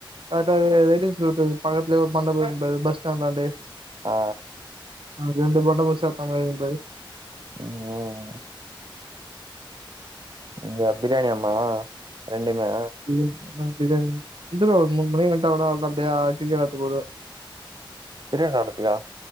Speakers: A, on the right; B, on the right.
A: ஆட்டோ ரெட்ஹில்ல உட்டுவ பக்கத்துல மண்டபர்க்பாரு பஸ்ஸ்டாண்டான்டே
B: ஆ
A: அ ரெண்டு பண்டமு சேத்த மாரியிர்க்பாரு
B: ம் இந்த பிரியாணியாமா ரெண்டுமே
A: <inaudible> ரெண்டுல்ல ஒரு முண் மணி வன்ட்டா கூட அவளதா அப்டியே கிக்கட் வெளாட்டு போது
B: பிரியா நடத்துலயா